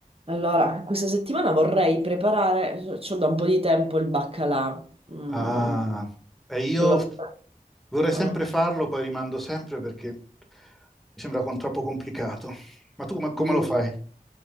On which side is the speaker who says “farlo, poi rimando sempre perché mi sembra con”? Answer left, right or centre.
Centre